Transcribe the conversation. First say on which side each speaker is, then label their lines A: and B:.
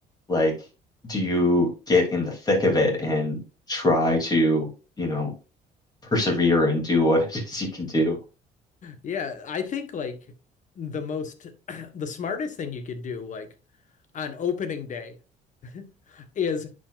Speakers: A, on the left; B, on the left.
A: like, do you get in the thick of it and try to, you know, persevere and do what <laughs> it is you can do?
B: Yeah, I think like the most <clears throat> the smartest thing you could do like on opening day <laughs> is